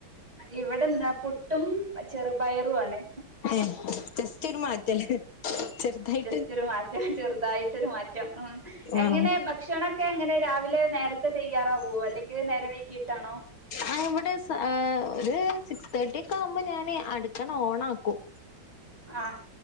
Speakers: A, on the right; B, on the left.
A: ഇവിടെന്താ പുട്ടും ചെറുപയറു ആണ്.
B: ഏഹ് ജസ്റ്റ് ഒരു മാറ്റല്ലേ ചെറ്തായി
A: റ്റൊര് മാറ്റം ചെറുതായിട്ടൊരു മാറ്റം ഉം എങ്ങനെ
B: ആഹ്
A: ബ ഭക്ഷണൊക്കെ എങ്ങനെ രാവിലെ നേരത്തെ തയ്യാറാവോ അല്ലെങ്കിൽ നേരം വൈകിട്ടാണോ?
B: ആ ഇവിടെസ്‌ ഒര് സിക്സ് തേട്ടി ഒക്കെ ആമ്പോ ഞാന് അടുക്കള ഓണാക്കും.
A: ആഹ്